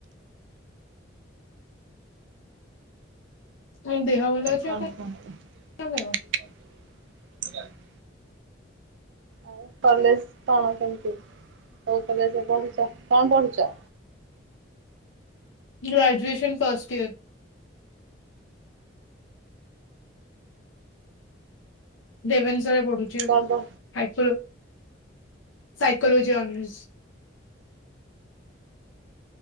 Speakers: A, on the left (about 80°); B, on the right (about 70°).
A: ହ ଦେହ
B: ଆଉ
A: ଭଲ ଅଛି
B: କଣ
A: ଆପଣ
B: କୁହନ୍ତୁ
A: କର?
B: <inaudible> ଆଉ କଲେଜ କଣ କେମିତି କୋଉ କଲେଜରେ ପଢୁଚ କଣ ପଢୁଚ?
A: Graduation first year. ରେଭେନ୍ସା ରେ ପଢୁଛି
B: କଣ
A: ସାଇକୋ ସାଇକୋଲୋଜି ଅନର୍ସ।